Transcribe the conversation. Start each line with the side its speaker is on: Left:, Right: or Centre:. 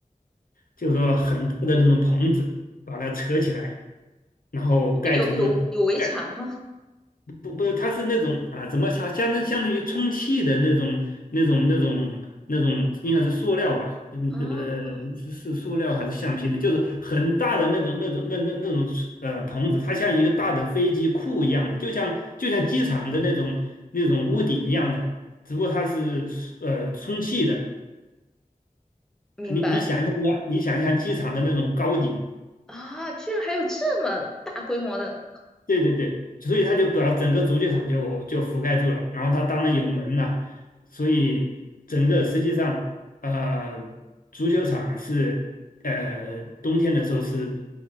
Left: 就是说很多的那种棚子把它扯起来，然后盖住这盖
Centre: 有有有围墙吗？
Left: 不不，它是那种啊，怎么它相当相当于充气的那种那种那种那种，应该是塑料吧？嗯，
Centre: 啊，
Left: 呃不是是塑料还是橡皮的？就是很大的那种那种那那那种呃棚子，它像一个大的飞机库一样的，就像就像机场的那种那种屋顶一样的，只不过它是呃充气的。
Centre: 明白
Left: 你你想象一下，你想一下机场的那种高顶。
Centre: 啊，居然还有这么大规模的
Left: 对对对对，所以他就把整个足球场就就覆盖住了，然后他当然有门了，所以整个实际上，呃，足球场是呃冬天的时候是